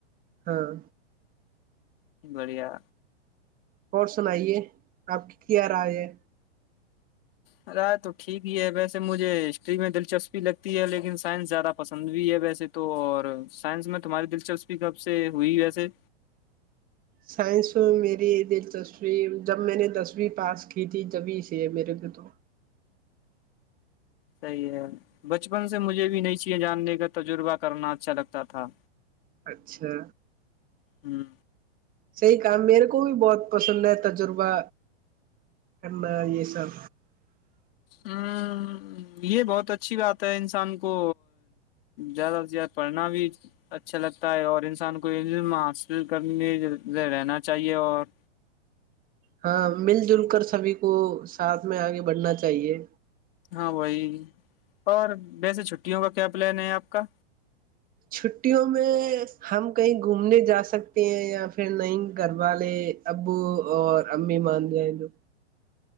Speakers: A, on the right; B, on the left.
A: ہاں
B: بڑھیا
A: اور سنائیے آپ کی کیا رائے ہے
B: ارائے تو ٹھیک ہی ہے ویسے مجھے ہسٹری میں دلچسپی لگتی ہے لیکن سائنس زیادہ پسند بھی ہے ویسے تو اور سائنس میں تمہاری دلچسپی کب سے ہوئی ویسے
A: سائنس میں میری دلچسپی جب میں نے دسویں پاس کی تھی تبھی سے میرے گ تو
B: صحیح ہے بچپن سے مجھے بھی نہیں چاہے جاننے کا تجربہ کرنا اچھا لگتا تھا
A: اچھا
B: ہم
A: صحی کام میرے کو بھی بہت پسند ہے تجربہ کرنا یہ سب
B: ہ یہ بہت اچھی بات ہے انسان کو زیادہ سے زیادہ پڑھنا بھی اچھا لگتا ہے اور انسان کو علم حاصل کرنے رہنا چاہیے اور
A: ہاں مل جل کر سبھی کو ساتھ میں آگے بڑھنا چاہیے
B: ہاں وہی اور ویسے چھٹیوں کا کیا پلان ہے آپ کا
A: چھٹیوں میں ہم کہیں گھومنے جا سکتے ہیں یا پھر نہیں گھر والے ابو اور امی مان جائیں جو